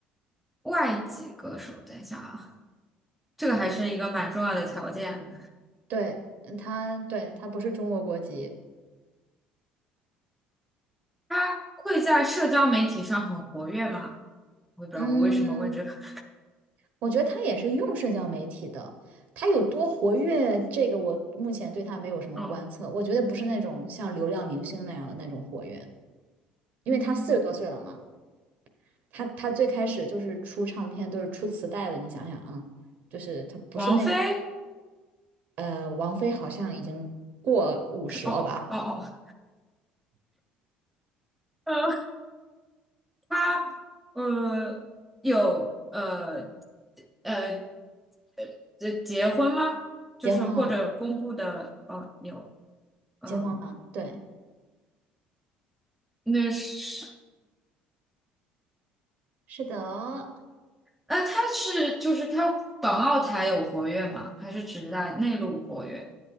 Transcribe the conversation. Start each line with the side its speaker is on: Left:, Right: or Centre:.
Centre: 外籍歌手，等一下啊，这个还是一个蛮重要的条件。
Right: 嗯，对，嗯他，对，他不是中国国籍。
Centre: 他会在社交媒体上很活跃吗？我也不知道我为什么问这个。
Right: 嗯，
Centre: <laughs>
Right: 我觉得他也是用社交媒体的，他有多活跃，这个我目前对他没有什么观测。
Centre: 哦，
Right: 我觉得不是那种像流量明星那样的那种活跃，因为他四十多岁了嘛。
Centre: 嗯，
Right: 他他最开始就是出唱片都是出磁带的，你想想啊，就是他不是那
Centre: 王菲，
Right: 呃，王菲好像已经过五十了吧，
Centre: 哦哦哦，呃，她呃有呃呃结结婚吗？就是或者公布的呃有
Right: 结婚了，
Centre: 呃
Right: 结婚了，对，
Centre: 那是
Right: 是的，
Centre: 呃她是就是她港澳台有活跃吗？还是只在内陆活跃？